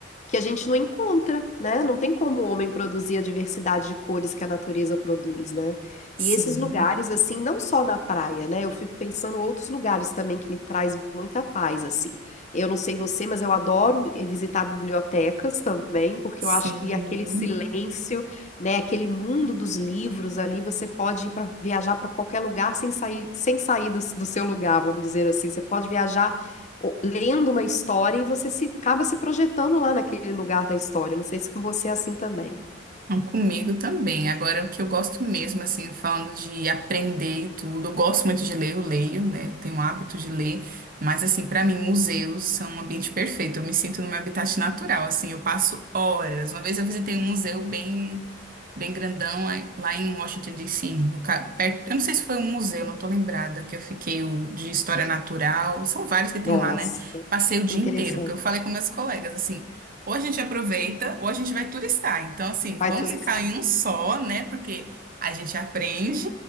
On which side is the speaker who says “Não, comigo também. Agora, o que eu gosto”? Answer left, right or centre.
Right